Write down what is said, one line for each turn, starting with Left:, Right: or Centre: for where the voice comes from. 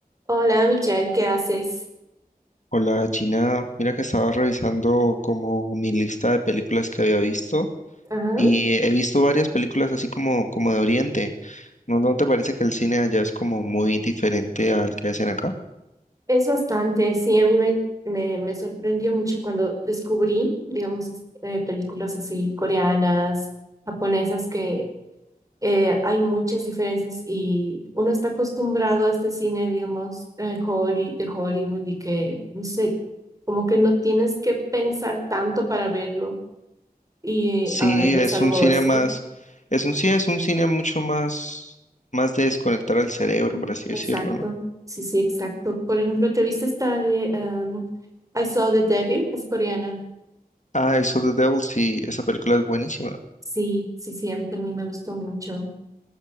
Right: Hola, Michelle, ¿qué haces?
Left: Hola Gina, mira que estaba revisando como mi lista de películas que había visto
Right: Ajá,
Left: y he visto varias películas así como, como de Oriente. ¿No, no te parece que el cine allá es como muy diferente al que hacen acá?
Right: es bastante, sí, a mí me, me, me sorprendió mucho cuando descubrí, digamos, es- eh, películas así coreanas, japonesas, que eh, hay muchas diferencias y uno está acostumbrado a este cine, digamos, eh, Holly, de Hollywood y que, no sé, como que no tienes que pensar tanto para verlo y
Left: Sí,
Right: eh, ah, ves
Left: es
Right: algo
Left: un cine
Right: así.
Left: más, es un sí, es un cine mucho más, más de desconectar el cerebro,
Right: Mm,
Left: por así
Right: Exacto,
Left: decirlo, ¿no?
Right: sí, sí, exacto. Por ejemplo, ¿te viste esta de um, I Saw the Devil? Es coreana.
Left: Ah, eso The Devil, sí, esa película es buenísima.
Right: Sí, sí, sí, a mí también me gustó mucho.